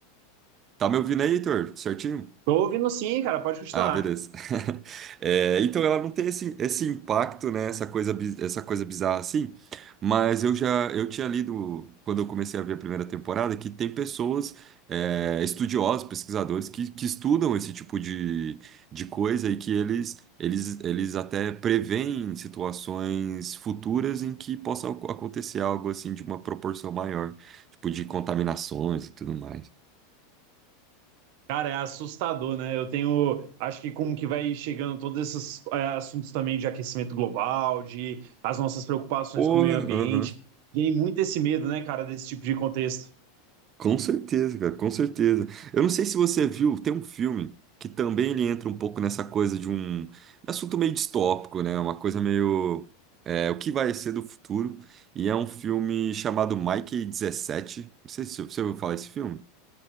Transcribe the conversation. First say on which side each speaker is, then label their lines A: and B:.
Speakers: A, on the right; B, on the right.
A: Tá me ouvindo aí, Heitor? Certinho?
B: tô ouvindo sim, cara, pode continuar.
A: Ah, beleza. <laughs> É, então ela não tem esse, esse impacto, né? Essa coisa, bi- essa coisa bizarra assim. Mas eu já eu tinha lido quando eu comecei a ver a primeira temporada que tem pessoas é, estudiosos, pesquisadores que, que estudam esse tipo de, de coisa e que eles eles eles até preveem situações futuras em que possa ac- acontecer algo assim de uma proporção maior, tipo de contaminações e tudo mais.
B: Cara, é assustador, né? Eu tenho, acho que como que vai chegando todos esses é, assuntos também de aquecimento global, de as nossas preocupações
A: Porra,
B: com o meio ambiente,
A: aham.
B: tem muito esse medo, né, cara, desse tipo de contexto.
A: Com certeza, cara, com certeza. Eu não sei se você viu, tem um filme que também ele entra um pouco nessa coisa de um, um assunto meio distópico, né? Uma coisa meio é, o que vai ser do futuro. E é um filme chamado Mike dezessete. Não sei se você ouviu falar esse filme.